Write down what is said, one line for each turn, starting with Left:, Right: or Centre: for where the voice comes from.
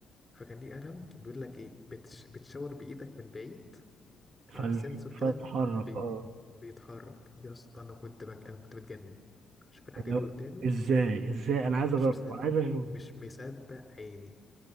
Left: فكان ليه قلم وبيقول لك إيه بتش... بتشاور بإيدك من بعيد
Right: فال...
Left: على سنسور كده
Right: فاتحرك
Left: بي...
Right: اه
Left: بيتحرك يا اسطى أنا كنت بج... أنا كنت بتجنن أشوف الحاجة
Right: يعني
Left: دي
Right: هو-
Left: قدامي
Right: ازاي ازاي انا عايز
Left: مش
Right: اجرب
Left: مصدق
Right: عايز اشوف
Left: مش مصدق عيني